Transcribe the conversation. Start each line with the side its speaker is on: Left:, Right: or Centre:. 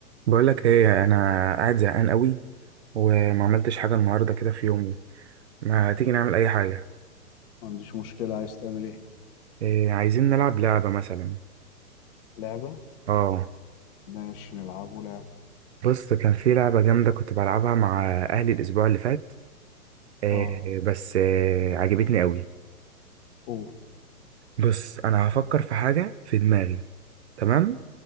Right: بقول لك ايه انا قاعد زهقان قوي وما عملتش حاجه النهارده كده في يومي ما تيجي نعمل اي حاجه
Left: ما عنديش مشكلة عايز تعمل ايه
Right: إيه عايزين نلعب لعبه مثلا
Left: لعبة
Right: اه
Left: ماشي نلعبه لعبة
Right: بص كان في لعبه جامده كنت بلعبها مع اهلي الاسبوع اللي فات إيه
Left: اه
Right: بس إيه عجبتني قوي
Left: قول
Right: بص انا هفكر في حاجه في دماغي تمام